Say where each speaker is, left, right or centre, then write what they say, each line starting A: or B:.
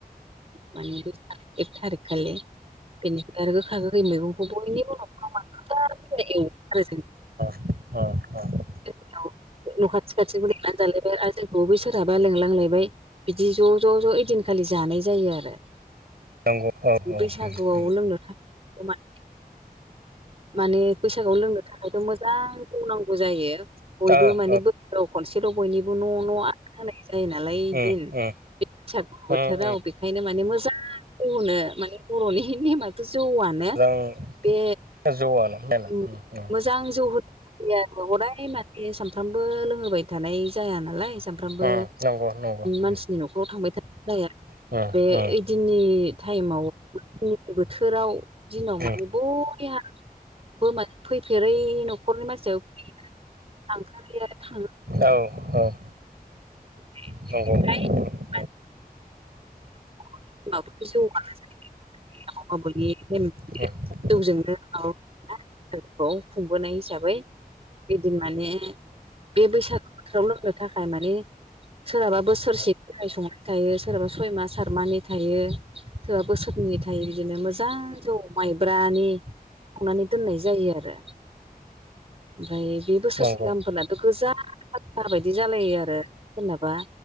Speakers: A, on the right; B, on the right.
A: माने एक थारिख खालि बेनिफ्राय आरो गोखा गोखै मैगंखौ बयनि नखराव <unintelligible>
B: अ अ।
A: जोंनिआव न' खाथि खाथिखौ लेंनानै जालायबाय आरो जोंखौ बै सोरहाबा लेंलांलायबाय बिदि ज' ज' ज' ओइदिनखालि जानाय जायो आरो।
B: नंगौ औ
A: बैसागुआव
B: उम
A: लोंनोथाखै माने माने बैसागुआव लोंनो थाखायथ' मोजां जौ नांगौ जायो
B: ओ औ
A: बयबो माने औ खनसेल' बयनिबो न' न' होनाय जायो नालाय ओइदिन
B: उम उम
A: बे बैसागु
B: उम
A: बोथोराव
B: उम
A: बेखायनो माने मोजां ग'होनो माने बर'नि नेमाथ' जौआनो
B: मोजां
A: बे
B: <unintelligible>
A: उम मोजां जौ होयो हदाय माने सानफ्रामबो लोंहोबाय थानाय जाया नालाय साम फ्रामबो
B: उम नंगौ नंगौ उम
A: मानसिनि न'खराव थांबाय थानाय जाया
B: उम
A: बे
B: उम
A: ओइदिननि टाइमाव <unintelligible> बोथोराव दिनाव माने
B: उम
A: बयहाबो <unintelligible>
B: औ औ
A: <unintelligible>
B: नंगौ औ औ
A: <unintelligible>
B: उम
A: जौजोंनो <unintelligible> खुंबोनाय हिसाबै इदिन माने बे बैसागु बोथोराव लोंनो थाखाय माने सोरहाबा बोसोरसेनि थाखाय संनाय थायो सोरहाबा सय मास सात मारनि थायो सोरबा बोसोरनै थायो बिदिनो मोजां जौ माइब्रानि संनानै दोननाय जायो आरो ओमफाय बे बोसोरसे
B: नंगौ औ
A: गाहामफोरनाथ' गोजा बथा बायदि जालायो आरो सोरनाबा